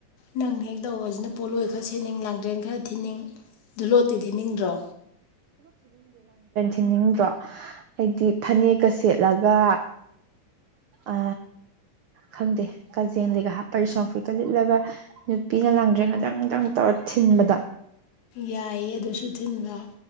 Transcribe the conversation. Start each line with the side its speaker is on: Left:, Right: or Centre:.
Left: ꯅꯪꯅ ꯍꯦꯛ ꯇꯧꯕꯁꯤꯅ ꯄꯣꯠꯂꯣꯏ ꯈꯔ ꯁꯦꯠꯅꯤꯡ ꯂꯥꯡꯗ꯭ꯔꯦꯟ ꯈꯔ ꯊꯤꯟꯅꯤꯡ ꯗꯨꯂꯣꯠꯇꯤ ꯊꯤꯅꯤꯡꯗ꯭ꯔꯣ
Right: ꯌꯦꯡꯅꯤꯡꯗ꯭ꯔꯣ ꯍꯥꯏꯗꯤ ꯐꯅꯦꯛꯀ ꯁꯦꯠꯂꯒ ꯑ ꯈꯪꯗꯦ ꯀꯖꯦꯟꯗꯒꯤꯒ ꯍꯥꯞꯄꯔꯤ ꯁꯣꯐꯤꯠꯀ ꯂꯤꯠꯂꯒ ꯅꯨꯄꯤꯅ ꯂꯥꯡꯗ꯭ꯔꯦ ꯉꯇꯪ ꯇꯪ ꯇꯧꯔ ꯊꯤꯟꯕꯗ
Left: ꯌꯥꯏꯌꯦ ꯑꯗꯨꯁꯨ ꯊꯤꯟꯕ